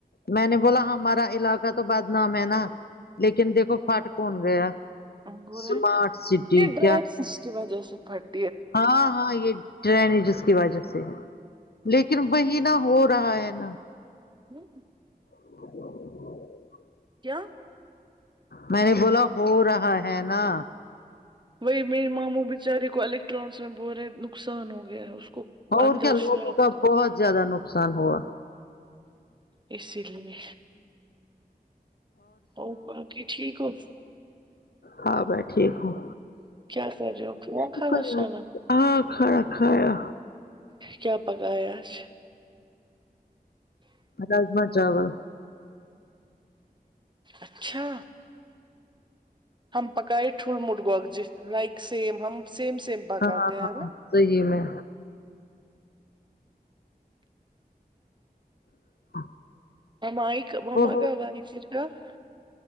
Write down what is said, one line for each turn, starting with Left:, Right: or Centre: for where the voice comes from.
Left: میں نے بولا ہمارا علاقہ تو بدنام ہے نا لیکن دیکھو فٹ کون گیا
Right: بولے
Left: اسمارٹ سٹی
Right: یہ ڈرائیس
Left: کیا
Right: کی وجہ سے پھٹ
Left: ہاں ہاں یہ ٹرینی جس کی وجہ سے ہے لیکن وہی نہ ہو رہا ہے نا
Right: <unintelligible>
Left: <inaudible>
Right: کیا
Left: میں نے بولا ہو رہا ہے نا
Right: وہی میرے ماموں بچارے کو الیکٹرانس میں بول رہے نقصان ہو گیا ہے اس کو
Left: اور
Right: اندر
Left: کیا لوگوں
Right: شاپ
Left: کا بہت زیادہ نقصان ہوا
Right: اسی لیے اور <unintelligible> کہ ٹھیک ہو
Left: ہاں میں ٹھیک ہوں
Right: کیا کر رہے ہو کیا
Left: شکر
Right: کھانا شانا
Left: اللہ کہ ہاں کھایا کھایا
Right: کیا پکایا آج
Left: راجما چاول
Right: اچھا ہم پکائے ٹول مٹ گگجے لائک سیم ہم سیم سیم پکاتے
Left: ہاں
Right: ہیں
Left: ہاں
Right: ہیں نا
Left: صحیح میں <unintelligible>
Right: مم ایے کب مم
Left: وہ
Right: کب کا بائیسر <unintelligible>